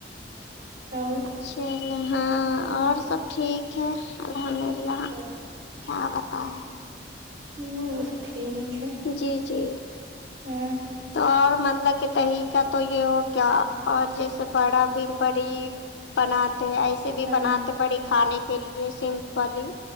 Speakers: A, on the right; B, on the left.
A: اور
B: چلیے ہاں اور سب ٹھیک ہے الحمد للہ
A: ہ
B: کیا بتائیں
A: ہم بھی ویسے ٹھیک ہے
B: جی جی
A: اور
B: تو اور مطلب کہ دہی کا تو یے ہو گیا اور جیسے بڑا بھی بڑی بناتے ہیں ایسے بھی
A: ہاں
B: بناتے بڑی کھانے کے لیے سمپلی